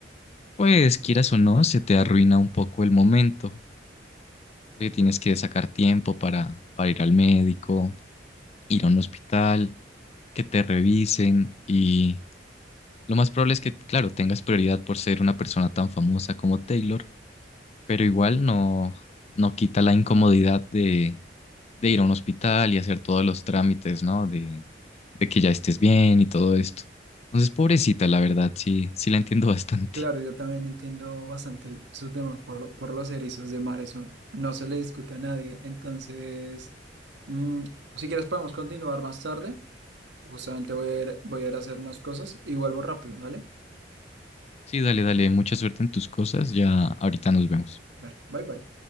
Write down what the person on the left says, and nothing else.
pues, quieras o no, se te arruina un poco el momento, porque tienes
que sacar tiempo para, para ir al médico, ir a un hospital, que te revisen y lo más probable es que, claro, tengas prioridad por ser una persona tan famosa como Taylor, pero igual no, no quita la incomodidad de, de ir a un hospital y hacer todos los trámites, ¿no? De, de que ya estés bien y todo esto. Entonces, pobrecita, la verdad, sí, sí la entiendo <laughs> bastante.
Sí, dale, dale, mucha suerte en tus cosas, ya ahorita nos vemos.